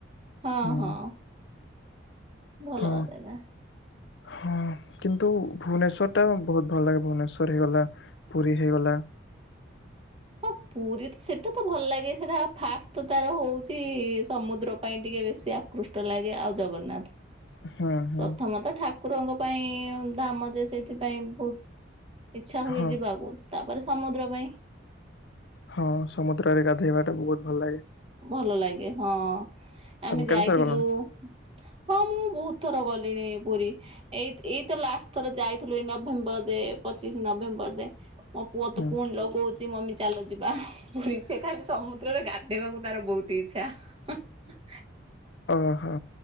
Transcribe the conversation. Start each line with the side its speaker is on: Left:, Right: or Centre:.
Right: ହଁ
Left: ହୁଁ
Right: ହଁ। ଭଲ
Left: ହଁ
Right: ଜାଗା।
Left: ହଁ। କିନ୍ତୁ ଭୁବନେଶ୍ଵର ଟା ବହୁତ ଭଲ ଲାଗେ ଭୁବନେଶ୍ଵର ହେଇଗଲା ପୁରୀ ହେଇଗଲା।
Right: <unintelligible> ପୁରୀ ତ ସେଇଟା ତ ଭଲ ଲାଗେ ସେଇଟା ଫାଷ୍ଟ ତ ତାର ହଉଛି ସମୁଦ୍ର ପାଇଁ ଟିକେ ବେଶୀ ଆକୃଷ୍ଟ। ଛୋଟ ଲାଗେ ଆଉ ଜଗନ୍ନାଥ
Left: ହୁଁ ହୁଁ
Right: ପ୍ରଥମତଃ ଠାକୁ କୁରଙ୍କ ପାଇଁ ଦାମ ଯେ ସେଇଥିପାଇଁ ବହୁତ ଇଚ୍ଛା ହୁଏ
Left: ହଁ
Right: ଯିବାକୁ ତାପରେ ସମୁଦ୍ର ପାଇଁ
Left: ହଁ ସମୁଦ୍ରରେ ଗାଧୋଇବା ଟା ବହୁତ ଭଲ ଲାଗେ
Right: ଭଲ ଲାଗେ ହଁ ଆମେ
Left: ତମେ କେତେଥର
Right: ଯାଇଥିଲୁ
Left: ଗଲଣି?
Right: ହଁ ମୁଁ ବହୁତ ଥର ଗଲି ପୁରୀ ଏଇ ଏଇତ ଲାଷ୍ଟ ଥର ଯାଇଥିଲୁ ଏଇ ନଭେମ୍ବରରେ ପଚିଶ ନଭେମ୍ବରରେ ମୋ ପୁଅ ତ
Left: ହୁଁ
Right: ପୁଣି ଲଗଉଛି ମମି ଚାଲ ଯିବା ହି ହି ପୁରି ସେ ଖାଲି ସମୁଦ୍ରରେ ଗା ଦେବାକୁ ତାର ବହୁତ ଇଚ୍ଛା ହ ହ
Left: ଓ ହୋ